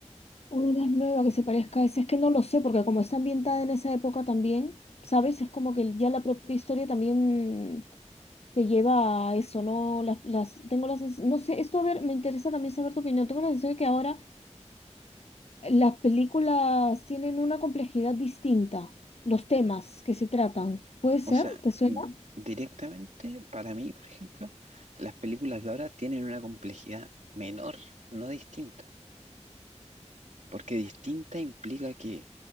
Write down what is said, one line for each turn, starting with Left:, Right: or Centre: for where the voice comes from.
Left: una más nueva que se parezca a esa, es que no lo sé, porque como está ambientada en esa época también, ¿sabes? Es como que ya la propia historia también te lleva a eso, ¿no? Las, las, tengo las, no sé, esto a ver, me interesa también saber tu opinión. Tengo la sensación de que ahora Las películas tienen una complejidad distinta, los temas que se tratan. ¿Puede ser?
Right: O sea,
Left: ¿Te suena?
Right: mm, directamente, para mí, por ejemplo, las películas de ahora tienen una complejidad menor, no distinta. Porque distinta implica que